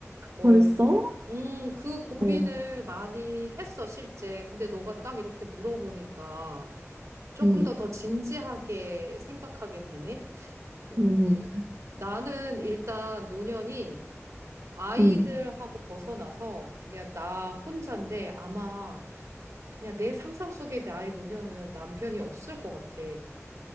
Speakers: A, on the right; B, on the right.
A: 어,
B: 벌써?
A: 음, 그 고민을
B: 어,
A: 많이 했어, 실제. 근데 너가 딱 이렇게 물어보니까 조금
B: 응,
A: 더 더 진지하게 생각하게 되네? 어,
B: 응,
A: 나는 일단 노년이 아이들하고
B: 응.
A: 벗어나서 그냥 나 혼자인데 아마 그냥 내 상상 속의 나의 노년은 남편이 없을 것 같아.